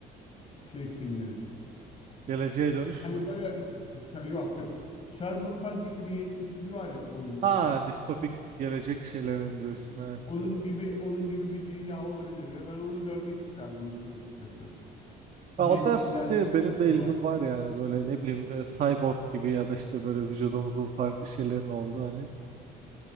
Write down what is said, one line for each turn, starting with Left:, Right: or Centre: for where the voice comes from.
Left: şey filmleri.
Right: Geleceğe dönüş
Left: Hani
Right: mü?
Left: böyle s- yok yok. Cyberpunk 2077 var ya oyunu.
Right: Ha, distopik gelecek şeylerin diyorsun evet.
Left: Onun gibi onun gibi bir dünya olabilir ve ben onu görmek isterdim işin açıkçası. Yetkililer
Right: Ya o tarz şey benim de
Left: var.
Right: ilgim var yani böyle ne bileyim e, cyborg gibi ya da işte böyle vücudumuzun farklı şeylerin olduğu hani